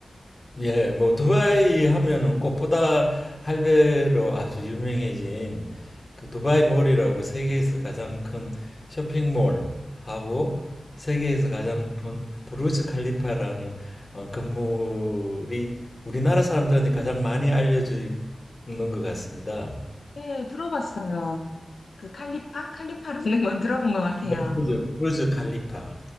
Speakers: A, on the left; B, on the left.
A: 예, 뭐 두바이 하면은 꽃보다 할배로 아주 유명해진 그 두바이 몰이라고 세계에서 가장 큰 쇼핑몰하고 세계에서 가장 높은 부르즈 칼리파라는 어, 건물이 우리나라 사람들한테 가장 많이 알려져 있는 것 같습니다.
B: 네, 들어봤어요. 그 칼리파? 칼리파라는 건 들어본 것 같아요.
A: 브루 부르즈 칼리파.